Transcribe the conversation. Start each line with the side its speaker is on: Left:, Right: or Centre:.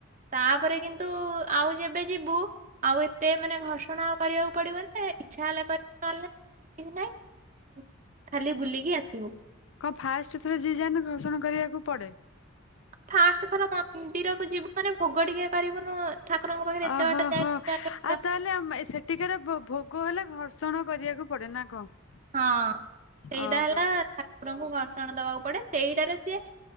Right: ତାପରେ କିନ୍ତୁ ଆଉ ଯେବେ ଯିବୁ ଆଉ ଏତେ ମାନେ ଘର୍ଷଣ ଆଉ କରିବାକୁ ପଡିବ ଯେ ଇଚ୍ଛା ହେଲେ କରିବୁ ନହଲେ ନାହିଁ ଖାଲି ବୁଲିକି ଆସିବୁ।
Left: କଣ ଫାଷ୍ଟ ଥର ଯିଏ ଯାଆନ୍ତି ଘର୍ଷଣ କରିବାକୁ ପଡେ?
Right: ଫାଷ୍ଟ ଥର ମନ୍ଦିରକୁ ଯିବୁ ମାନେ ଭୋଗ ଟିକେ କରିବୁନୁ ଠାକୁରଙ୍କ ପାଖରେ
Left: ଓହୋହୋ
Right: ଏତେ ବାଟା ଯାଇଚୁ ଯାହେଲେ
Left: ଆଉ ତାହେଲେ ମ ସେଠିକାର ଭୋଗ ହେଲେ ଘର୍ଷଣ କରିବାକୁ ପଡେ ନା କଣ?
Right: ହଁ ଏଇଟା
Left: ଓହୋ
Right: ହେଲା ଠାକୁରଙ୍କୁ ଘର୍ଷଣା ଦବାକୁ ପଡେ ସେଇଟାରେ ସିଏ